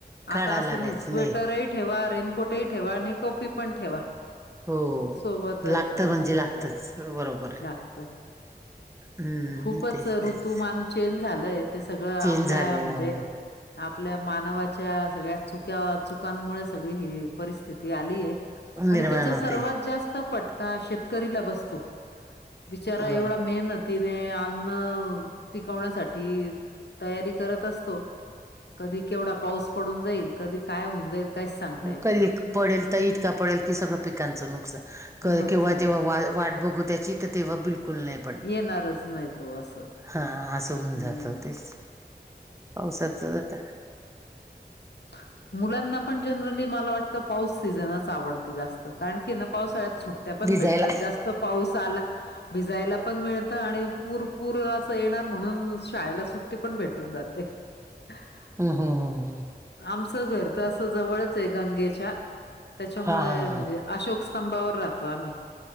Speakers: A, on the right (about 15°); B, on the left (about 80°).
A: काढायला
B: आता अस
A: लागायचं
B: नाही स्वेटर ही ठेवा रेनकोटही ठेवा आणि टोपी पण ठेवा
A: हो
B: सोबतच
A: लागतं
B: असं
A: म्हणजे
B: झालं
A: लागतच
B: आता
A: बरोबर आहे
B: लागतं
A: हम्म
B: खूपच
A: तेच तेच
B: ऋतुमान चेंज झालंय ते सगळं आपल्या
A: चेंज झाले
B: म्हणजे
A: अं,
B: आपल्या मानवाच्या सगळ्या चुक्या चुकांमुळे सगळी ही परिस्थिती आलीय आणि
A: निर्माण
B: त्याच्या
A: होते
B: सर्वात जास्त स्त फटका शेतकरीला बसतो बिचारा
A: बरोबर
B: एवढा मेहनत तिने अन्न पिकवण्यासाठी तयारी करत असतो कधी केवढा पाऊस पडून जाईल कधी काय होऊन जाईल काहीच सांगता येत
A: कधी
B: नाही.
A: पडेल तर इतका पडेल की सगळं पिकांचं नुकसान
B: नुकसान
A: केव्हा तेव्हा वाट बघू त्याची तर तेव्हा बिलकुल नाय
B: येणारच नायतो असं
A: हा असं होवून
B: हं,
A: जात तेच पावसाच आता
B: अ् <inaudible> मुलांना पण जनरली मला वाटतं पाऊस सीझनच आवडतो जास्त कारण की ना पावसाळ्यात सुट ट्या पण
A: भिजायला.
B: भेटतात जास्त पाऊस आला भिजायला पण मिळत आणि पूरपूर असं येणार म्हणून शाळेला सुट्टी पण भेटून जाते हह <inaudible>
A: हा हा हा
B: आमचं घर तर असं जवळचय गंगेच्या त्याच्यामुळे
A: हा हा हा
B: म्हणजे अशोक स्तंभावर राहतो आम्ही